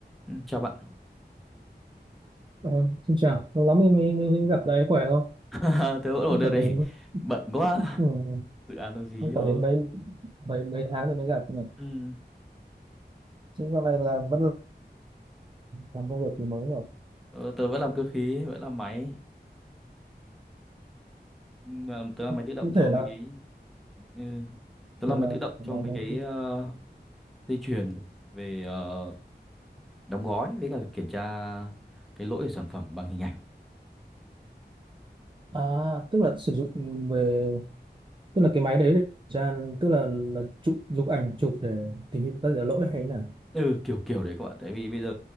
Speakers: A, in the centre; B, on the right.
A: Ừ, chào bạn
B: Ờ, xin chào, lâu lắm mới, mới, mới mới gặp đấy, khỏe không?
A: <laughs> tớ vẫn
B: Cũng
A: ở
B: phải
A: đây
B: đến
A: <laughs> bận quá
B: ừ,
A: dự án nó dí
B: cũng phải
A: cho
B: đến mấy mấy mấy tháng rồi mới gặp nhỉ.
A: ừ.
B: Chứ dạo này là vẫn làm công việc thì mới rồi.
A: ờ, tớ vẫn làm cơ khí vẫn làm máy ừ, làm- tớ làm
B: Ờ,
A: máy tự động
B: cụ
A: cho
B: thể
A: mấy
B: là
A: cái ừ. tớ
B: gọi
A: làm máy
B: là
A: tự động
B: là
A: cho mấy
B: nó-
A: cái ờ, dây chuyền về ờ, đóng gói với cả kiểm tra cái lỗi của sản phẩm bằng hình ảnh
B: à tức là sử dụng về tức là cái máy đấy để kiểm tra tức là là chụp chụp ảnh chụp để tìm hiểu các cái lỗi hay là
A: ừ kiểu kiểu đấy các bạn tại vì bây giờ